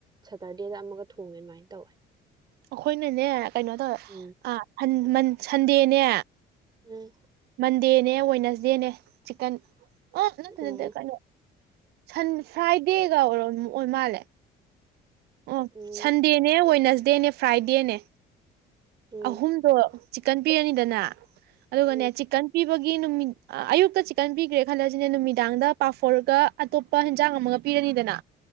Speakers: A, on the right; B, on the right.
A: ꯁꯇꯔꯗꯦꯗ ꯑꯃꯒ ꯊꯣꯡꯉꯦ ꯑꯗꯨꯃꯥꯏꯅ ꯇꯧꯋꯦ
B: ꯑꯩꯈꯣꯏꯅꯅꯦ ꯀꯩꯅꯣ ꯇꯧꯋꯦ
A: ꯎꯝ
B: ꯑ ꯐꯟ ꯃꯟ ꯁꯟꯗꯦꯅꯦ
A: ꯎꯝ
B: ꯃꯟꯗꯦꯅꯦ ꯋꯦꯅꯁꯗꯦꯅꯦ ꯆꯤꯛꯀꯟ ꯑ ꯅꯠꯇꯦ
A: ꯎꯝ
B: ꯅꯠꯇꯦ ꯀꯩꯅꯣ ꯁꯟ ꯐ꯭ꯔꯥꯏꯗꯦꯒꯔ ꯑꯣꯏ ꯃꯥꯜꯂꯦ ꯑꯣ
A: ꯎꯝ
B: ꯁꯟꯗꯦꯅꯦ ꯋꯦꯠꯅꯁ ꯗꯦꯅꯦ ꯐ꯭ꯔꯥꯏꯗꯦꯅꯦ ꯑꯍꯨꯝꯗꯣ
A: ꯎꯝ
B: ꯆꯤꯛꯀꯟ ꯄꯤꯔꯅꯤꯗꯅ ꯑꯗꯨ
A: ꯎꯝ
B: ꯒꯅꯦ ꯆꯤꯛꯀꯟ ꯄꯤ ꯒꯤ ꯅꯨꯃꯤꯠ ꯑ-ꯑꯌꯨꯛꯇ ꯆꯤꯛꯀꯟ ꯄꯤꯈ꯭ꯔꯦ ꯈꯜꯂꯁꯤꯅꯦ ꯅꯨꯃꯤꯗꯥꯡꯗ ꯄꯥꯐꯣꯔꯒ ꯑꯇꯣꯞꯄ ꯍꯦꯟꯖꯥꯡ ꯑꯃꯒ ꯄꯤꯔꯅꯤꯗꯅ